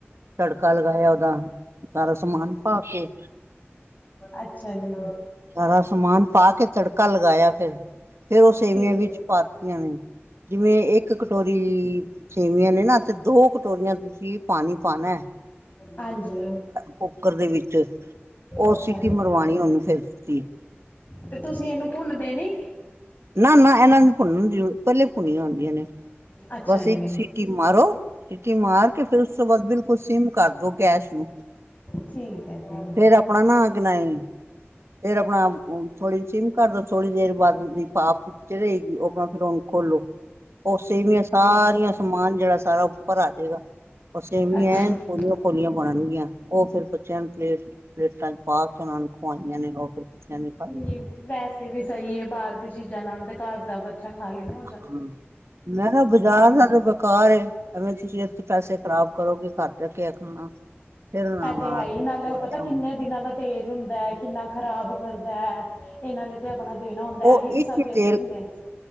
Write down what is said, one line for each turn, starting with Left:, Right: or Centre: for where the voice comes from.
Right: ਤੜਕਾ ਲਗਾਇਆ ਉਹਦਾ, ਸਾਰਾ ਸਮਾਨ ਪਾਕੇ।
Left: ਅੱਛਾ ਜੀ।
Right: ਸਾਰਾ ਸਮਾਨ ਪਾਕੇ ਤੜਕਾ ਲਗਾਇਆ ਫਿਰ। ਫਿਰ ਉਹ ਸੇਵੀਆਂ
Left: ਠੀਕ
Right: ਵਿੱਚ ਪਾਤੀਆਂ ਨੇ, ਜਿਵੇਂ ਇੱਕ ਕਟੋਰੀ ਸੇਵੀਆਂ ਨੇ ਨਾਂ, ਤੇ ਦੋ ਕਟੋਰੀਆਂ ਤੁਸੀਂ ਪਾਣੀ ਪਾਣੈ।
Left: ਹਾਂਜੀ
Right: ਕੁੱਕਰ ਦੇ ਵਿੱਚ। ਉਹ
Left: ਅੱਛਾ
Right: ਸੀਟੀ
Left: ਜੀ
Right: ਮਰਵਾਣੀ ਉਹਨੂੰ ਫਿਰ। ਤੁਸੀਂ
Left: ਤੇ, ਤੁਸੀਂ ਇਹਨੂੰ ਭੁੰਨਦੇ ਨੀ?
Right: ਨਾ-ਨਾ ਇਹਨਾਂ ਦੀ ਭੁੰਨ ਜਰੁਰ ਪਹਿਲੇ ਈ ਭੁੰਨੀਆਂ ਹੁੰਦੀਆਂ ਨੇ,
Left: ਅੱਛਾ
Right: ਬਸ
Left: ਜੀ
Right: ਇੱਕ ਸੀ ਟੀ ਮਾਰੋ, ਸੀਟੀ ਮਾਰਕੇ ਫਿਰ ਉਸ ਤੋਂ ਬਾਅਦ ਬਿਲਕੁਲ ਸਿੱਮ ਕਰਦੋ ਗੈਸ ਨੂੰ।
Left: ਠੀਕ ਹੈ, ਫਿਰ।
Right: ਫੇਰ ਆਪਣਾ ਨਾਂ ਗੀਣਾਂਈ। ਫਿਰ ਅਪਣਾ ਥੋੜੀ ਸਿੱਮ ਕਰਦੋ, ਥੋੜ੍ਹੀ ਦੇਰ ਬਾਅਦ ਉਸਦੀ ਪ੍ਹਾਫ ਚਲੇਗੀ, ਆਪਣਾ ਫਿਰ ਉਹਨੂੰ ਖੋਲੋ। ਓ ਸੇਵੀਆਂ ਸਾਰੀਆਂ, ਸਮਾਨ ਜਿਹੜਾ ਸਾਰਾ ਉੱਪਰ ਆਜੇਗਾ।। ਓਰ ਸੇਵੀਂਆ
Left: ਅੱਛਾ
Right: ਐਣ
Left: ਜੀ।
Right: ਪੋਲੀਆਂ-ਪੋਲੀਆਂ ਬਣਨਗੀਆਂ। ਉਹ ਫੇਰ ਬੱਚਿਆਂ ਨੂੰ ਪਲੇਟ, ਪਲੇਟਾਂ'ਚ ਪਾਕੇ ਉਹਨਾਂ ਨੂੰ ਖਵਾਈਆਂ ਨੇ, ਉਹ ਫਿਰ ਬੱਚਿਆਂ ਨੇ ਖਾਲੀਆਂ
Left: ਨਹੀਂ
Right: ਨੇ।
Left: ਵੈਸੇ ਵੀ ਸਹੀ ਏ, ਬਾਹਰ ਦੀ ਚੀਜ਼ਾਂ ਨਾਲੋਂ ਤੇ ਘਰ ਦਾ ਬੱਚਾ ਖਾ ਲੇਨਾ
Right: ਹਾਂ, ਮੈਂ ਕਿਹਾ, ਬਾਜ਼ਾਰ ਸਾਰੇ
Left: ਹੈ
Right: ਬਕਾਰ ਏ, ਐਵੇਂ ਤੁਸੀਂ ਇੱਥੇ ਪੈਸੇ ਖਰਾਬ ਕਰੋਗੇ ਘਰ। ਰੱਖਿਆ ਖਾਣਾ। ਫਿਰ ਉਹਨਾਂ
Left: ਐ
Right: ਨੂੰ
Left: ਤੇ
Right: ਬਣਾ
Left: ਹੈਹੀ,
Right: ਕੇ
Left: ਨਾਲੇ
Right: ਖਵਾਇਆ
Left: ਉਹ ਪਤਾ
Right: ਹੁਣ
Left: ਕਿੰਨੇ ਦਿਨਾਂ ਦਾ ਤੇਲ ਹੁੰਦਾ, ਕਿੰਨਾ ਖ਼ਰਾਬ ਕਰਦੈ, ਇਹਨਾਂ ਨੇ ਤੇ ਆਪਣਾ ਦੇਣਾ ਹੁੰਦਾ,
Right: ਉਹ
Left: ਇਹੀ ਤੇ ਸਭ
Right: ਇੱਕ
Left: ਵੇਸਟੀਂਗ
Right: ਹੀ ਤੇਲ
Left: ਹੈਗੀ ਏ।